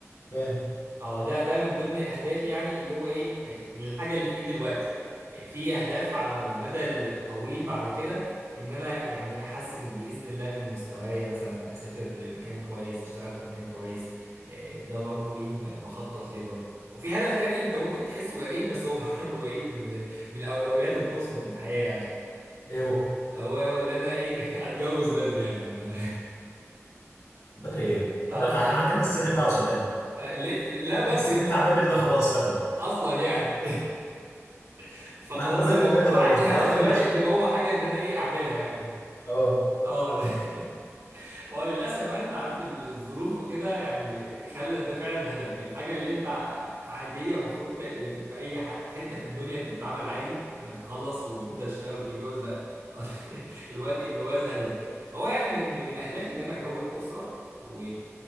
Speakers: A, on the left; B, on the right.
A: فاهم
B: اه ده ده من ضمن اهدافي يعني اللي هو ايه إيه، الحاجه اللي في ايدي دلوقتي إيه، في اهداف على المدى الطويل بعد كده ان انا يعني احسن باذن الله من مستوايا مثلا اسافر لمكان كويس اشتغل في مكان كويس إيه، ده برضو ايه م- بخطط ليه برضو وفي هدف تاني انت ممكن تحسه غريب بس هو <laughs> برضو ايه من من الاولويات
A: حلو.
B: القصوى في الحياه يعني
A: ايه هو
B: هو هو اللي انا ايه <laughs> اتجوز بدري يعني انا
A: بدري ايه
B: <laughs>
A: بدري
B: اه
A: خ- احنا عدينا السن بتاعه صدقني
B: ليه- لا بدري
A: السن
B: ما
A: بتاع
B: هو-
A: بدري ده خلاص فاتنا
B: اصلا يعني <laughs> فخلاص
A: ما, ما بدري
B: هو
A: ده اللي
B: ما
A: هو
B: عادش
A: ايه في
B: هدفي
A: اواخر
B: دلوقتي
A: العشرين
B: قد ما هو حاجه ان انا ايه اعملها يعني
A: اه
B: اه <laughs> هو للاسف بقى انت عارف الظروف وكده يعني خلت ده فعلا هدف الحاجه اللي انت عاديه المفروض في اي ح- حته في الدنيا انت بتتعامل عادي انك تخلص وتبدا تشتغل وتتجوز لا <laughs> الوقت الجواز هدف فهو يعني من من اهدافي ان انا اكون اسره و...